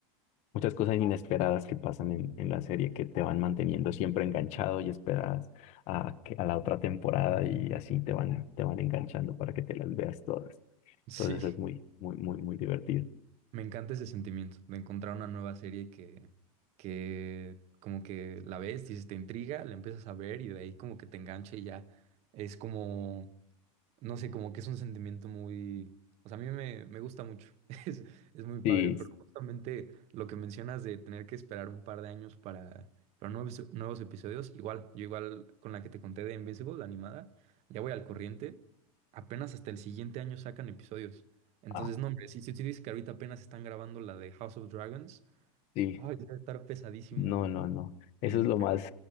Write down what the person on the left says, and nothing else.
muchas cosas inesperadas que pasan en, en la serie que te van manteniendo siempre enganchado y esperadas a, que- a la otra temporada y así te van, te van enganchando para que te las veas todas.
Entonces es muy,
muy, muy, muy divertido.
Sí,
ah,
sí.
No,
no, no. Eso
es lo más,